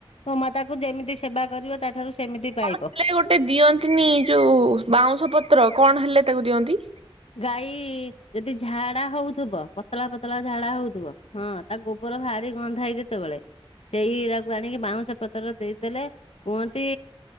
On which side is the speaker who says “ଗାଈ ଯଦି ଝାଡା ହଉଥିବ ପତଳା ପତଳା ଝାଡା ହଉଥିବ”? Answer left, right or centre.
Left